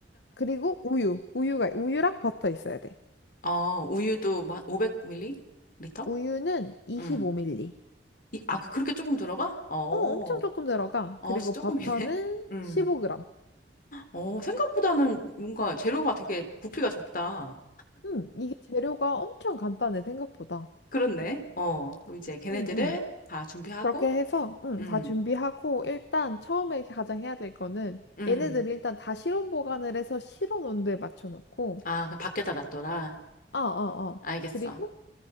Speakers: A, on the left; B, on the left.
A: 그리고 우유. 우유가, 우유랑 버터 있어야 돼.
B: 어, 우유도 뭐 500ml? 리터?
A: 우유는 25ml.
B: 음. 이, 아, 그, 그렇게 조금 들어가? 어,
A: 어, 엄청 조금 들어가.
B: 어,
A: 그리고
B: 조금이네.
A: 버터는
B: 음.
A: 15g.
B: 어, 생각보다는 뭔가 재료가 되게 부피가 적다.
A: 음, 이게 재료가 엄청 간단해, 생각보다.
B: 그렇네. 어, 그럼 이제 걔네들을
A: 응 응
B: 다 준비하고,
A: 그렇게 해서, 응
B: 음,
A: 다 준비하고, 일단 처음에 가장 해야 될 거는,
B: 음.
A: 얘네들 일단 다 실온 보관을 해서 실온 온도에 맞춰놓고,
B: 아, 그 밖에다 놨더라.
A: 아, 아, 아.
B: 알겠어.
A: 그리고